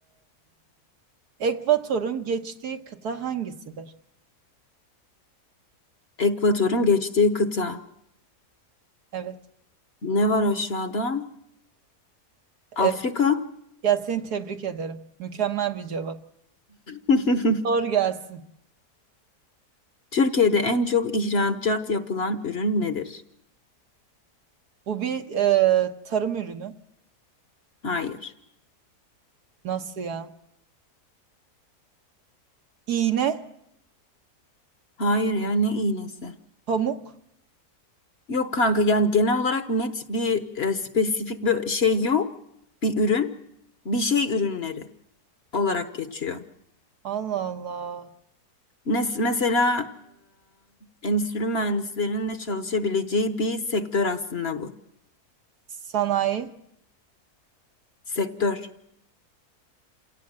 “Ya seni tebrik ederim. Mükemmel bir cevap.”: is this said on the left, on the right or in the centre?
Right